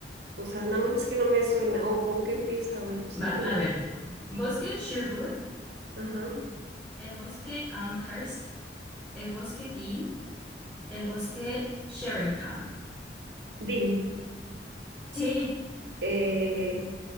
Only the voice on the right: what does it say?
o sea, nada más es que no me suena. O ¿con qué empieza? O el bosque
del,
ajá,
Dean.
Eh,